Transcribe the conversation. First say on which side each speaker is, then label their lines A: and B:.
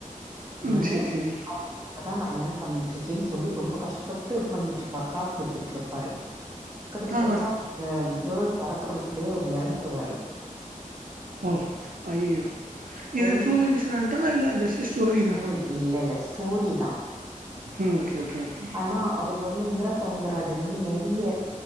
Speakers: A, on the right; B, on the right.
A: ம்
B: நான்னு
A: செரி செரி
B: அதான் நா யென் பண்ணிட்டு இருக்கேன்னு சொல்லி ரொம்ப கஷ்டப்ப ட்டு இது பண்ணிட்டு இருப்பாரு காசு சேத்துட்ருப்பாரு கடைசி
A: ஆ
B: பார்த்தா அந்த கேள் பிறக்கறதுக்குள்ளயே அவர் இறந்துருவாரு
A: ஓ ஐயையோ இது
B: இறந்
A: ட்ரூ இன்சிடெண்டா இல்ல ஜஸ்ட் ஸ்டோரி தானா
B: இ இல்ல, இல்ல. ஸ்டோரி தான்.
A: ம் ஓகே ஓகே ஓகே
B: ஆனா அவர் வந்து இந்திரா சௌவுந்தராஜ் வந்து நிறைய